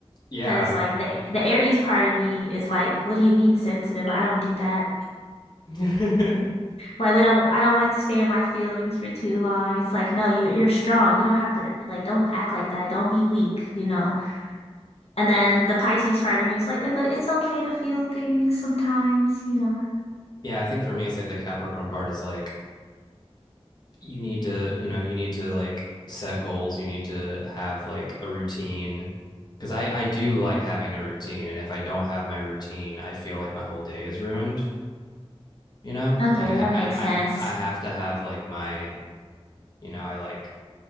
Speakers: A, on the left; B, on the left.
A: yeah
B: because like the the Aries part of me is like, what do you mean sensitive? I don't do that.
A: <laughs>
B: Like we don't I don't like to stay in my feelings for too long. It's like, no, you you're strong. You don't have to like don't act like that. Don't be weak, you know. And then the Pisces part of me is like, "Eh, but it's okay to feel things sometimes, you know.
A: yeah i think for me it's like the capricorn part is like you need to you know you need to like set goals you need to have like a routine because i i do like having a routine and if i don't have my routine i feel like my whole day is ruined you know
B: Okay,
A: like i
B: that makes
A: i
B: sense.
A: i, I have to have like my you know i like